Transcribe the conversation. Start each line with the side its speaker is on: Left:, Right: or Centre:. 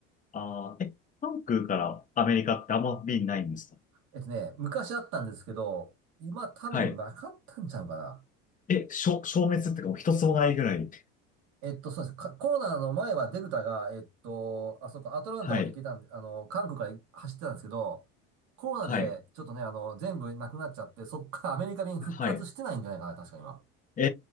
Left: あーえ、関空からアメリカってあんま便ないんですか
Right: えっとね、昔あったんですけど、今多分なかったんちゃうかな。
Left: はい。え、消、消滅っていうかもう一つもないぐらい。
Right: えっと、そうですね。かコロナの前はデルタが、えっと、あそこ、アトランタまで行けたんで、
Left: はい、
Right: あの、韓国から走ってたんですけど、コロナでちょっとね、
Left: はい、
Right: あの、全部なくなっちゃって、そっからアメリカ便復活してないんじゃないかな、
Left: はい。
Right: 確か今。
Left: え